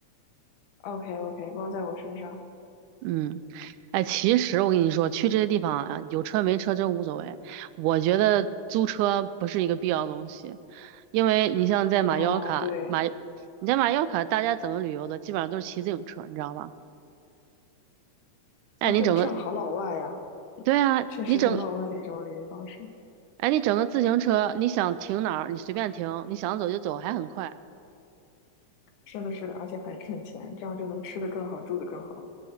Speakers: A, on the left (about 85°); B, on the right (about 85°).
A: o k OK，包在我身上。
B: 嗯。哎，其实我跟你说，去这些地方啊，有车没车真无所谓。我觉得租车不是一个必要的东西，因为你像在马腰卡，
A: 哦，对，
B: 马，你在马腰卡，大家怎么旅游的，基本上都是骑自行车，你知道吧？哎，
A: 哦对，
B: 你整个，
A: 这样好老外呀，
B: 对啊，
A: 确实很老外的一种旅游方式。
B: 你整，哎，你整个自行车，你想停哪儿，你随便停，你想走就走，还很快。
A: 是的，是的，而且很省钱，这样就能吃的更好，住的更好。